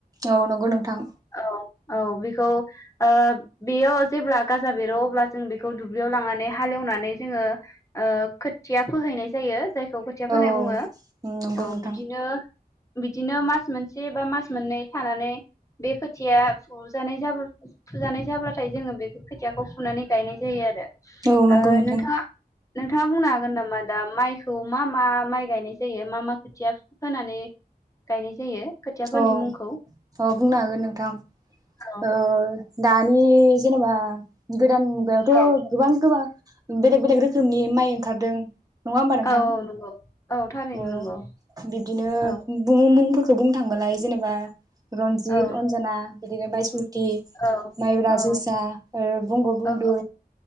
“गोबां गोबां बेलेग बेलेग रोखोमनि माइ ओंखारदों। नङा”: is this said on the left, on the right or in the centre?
Right